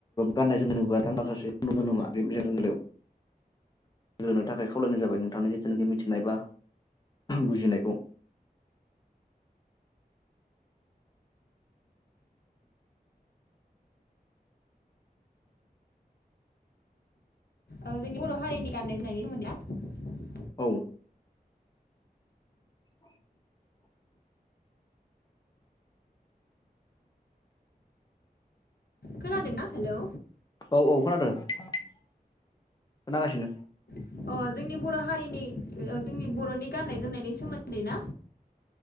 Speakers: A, on the left; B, on the left.
A: गाननाय जोम माखासेु नङा जोंगायाव ्रोनो थाखाय खावलायनाय जाबाय नोंथांनि जिथुनाखि मिथिनाय बा बुजिनायखौ
B: ओ जोंनि बर' हारिनि गाननाय जोमनायनि सोमोन्दैया
A: औ <unintelligible> <inaudible>
B: खोनादोंना हेलौ
A: औ औ खोनादों खोनागासिनो
B: अ जोंनि बर हारिनि जोंनि बरनि गाननाय जोमनायनि सोमोन्दै ना